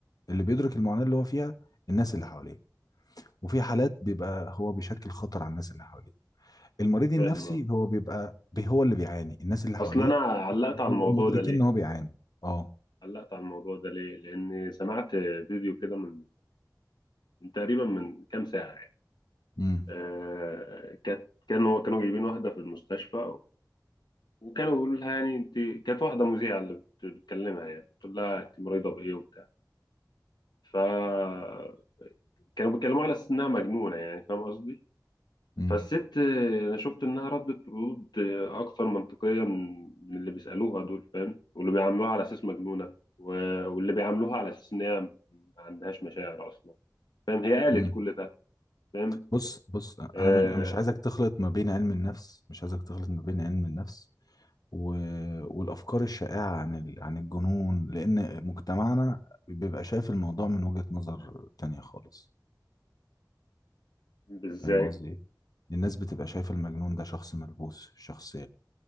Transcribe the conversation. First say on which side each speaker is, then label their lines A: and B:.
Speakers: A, on the left (about 55°); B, on the left (about 75°).
A: اللي بيدرك المعاناة اللي هو فيها الناس اللي حواليه وفي حالات بيبقى هو بيشكل خطر على الناس اللي حواليه المريض النفسي
B: فاهم
A: هو بيبقى بي- هو اللي بيعاني الناس اللي حواليه
B: اصل انا علقت
A: مش
B: على
A: بيبقوا
B: الموضوع
A: مدركين
B: ده ليه
A: ان هو بيعاني اه
B: علقت على الموضوع ده ليه لان سمعت فيديو كده من من تقريبا من كام ساعه يعني
A: امم
B: آه، كانت كان هو كانوا جايبين واحده في المستشفى وكانوا بيقولوا لها يعني انت كانت واحده مذيعه اللي بت- بتكلمها يعني بتقول لها انت مريضه بايه وبتاع فكانوا بيتكلموا على اساس انها مجنونه يعني فاهم قصدي
A: امم
B: فالست آه، انا شفت انها ردت ردود آه، اكثر منطقيه من من اللي بيسالوها دول فاهم واللي بيعاملوها على اساس مجنونه و- واللي بيعاملوها على اساس ان هي ما عندهاش مشاعر اصلا فاهم هي قالت
A: امم
B: كل ده فاهم
A: بص بص انا
B: آه
A: م- مش عايزك تخلط ما بين علم النفس مش عايزك تخلط ما بين علم النفس و... والافكار الشائعه عن ال... عن الجنون لان مجتمعنا بيبقى شايف الموضوع من وجهة نظر تانية خالص
B: ازاي
A: فاهم قصدي ايه الناس بتبقى شايفة المجنون ده شخص ملبوس شخص